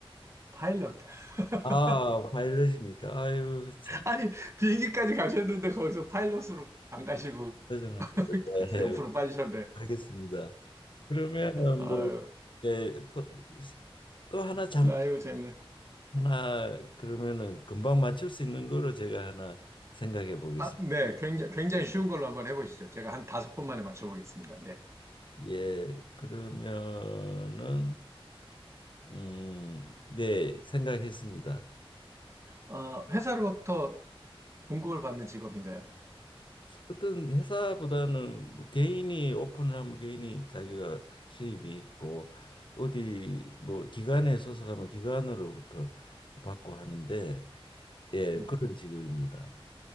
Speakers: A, on the right; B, on the left.
A: 파일럿. <laughs>
B: 아, 파일럿입니까? 아유, 참.
A: 아니, 비행기까지 가셨는데 거기서 파일럿으로 안 가시고
B: 표정을.
A: <laughs>
B: 네,
A: 그 옆으로 빠지셨네.
B: 알겠습니다. 그러면은
A: 아유,
B: 뭐, 예, 또, 또 하나 장,
A: 아유, 재밌네.
B: 하나, 그러면은 금방 맞출 수 있는 거로 제가 하나 생각해 보겠습니다.
A: 아, 네. 굉장히, 굉장히 쉬운 걸로 한번 해보시죠. 제가 한 다섯 번 만에 맞춰보겠습니다. 네.
B: 예, 그러면은 음, 네, 생각했습니다.
A: 어, 회사로부터 봉급을 받는 직업인가요?
B: 어떤 회사보다는 뭐 개인이 오픈을 하면 개인이 자기가 수입이 있고 어디 뭐 기관에 소속하면 기관으로부터 받고 하는데 예,
A: 네.
B: 그런 직업입니다.